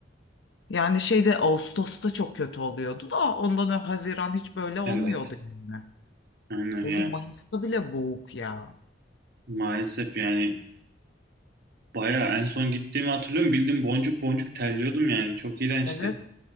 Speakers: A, on the left; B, on the right.
A: Yani şeyde Ağustos'ta çok kötü oluyordu da ondan önce Haziran hiç böyle olmuyordu
B: Evet.
A: yani.
B: Aynen
A: Burada
B: yani
A: Mayıs'ta bile boğuk ya.
B: maalesef yani bayağı en son gittiğimi hatırlıyorum. Bildim boncuk boncuk terliyordum yani. Çok iğrençti.
A: Evet.